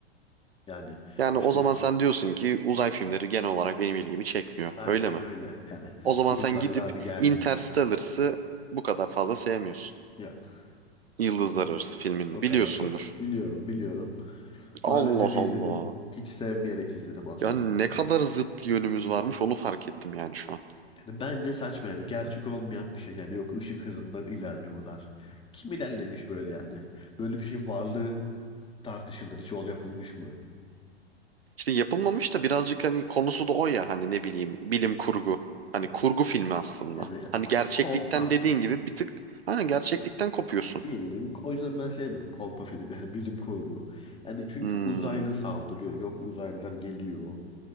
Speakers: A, on the left (about 15°); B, on the right (about 65°).
A: Yani
B: Yani
A: işte
B: o zaman sen diyorsun ki uzay filmleri genel olarak benim ilgimi çekmiyor.
A: aynen
B: Öyle mi?
A: öyle. Yani
B: O zaman
A: uzaylılar
B: sen gidip
A: gelmiş.
B: Interstellar'sı bu kadar fazla sevmiyorsun.
A: Yok.
B: Yıldızlar Arası filmini
A: O
B: biliyorsundur.
A: kadar çok. Biliyorum, biliyorum. Maalesef
B: Allah
A: izledim.
B: Allah.
A: Hiç sevmeyerek izledim aslında.
B: Ya ne kadar zıt yönümüz varmış onu fark ettim yani şu an.
A: Yani bence saçma yani. Gerçek olmayan bir şey. Yani yok ışık hızında ilerliyorlar. Kim ilerlemiş böyle yani? Böyle bir şeyin varlığı tartışılır. Hiç yol yapılmış mı?
B: İşte yapılmamış da birazcık hani konusu da o ya hani ne bileyim bilim kurgu. Hani
A: yani
B: kurgu
A: ko-
B: filmi aslında.
A: yani
B: Hani
A: ko-
B: gerçeklikten
A: kolpa.
B: dediğin gibi bir tık hani gerçeklikten
A: Ya,
B: kopuyorsun.
A: Bilin. O yüzden ben sevmiyorum kolpa film. Yani bilim kurgu. Yani çünkü
B: Hmm,
A: uzaylı saldırıyor. Yok uzaylılar geliyor.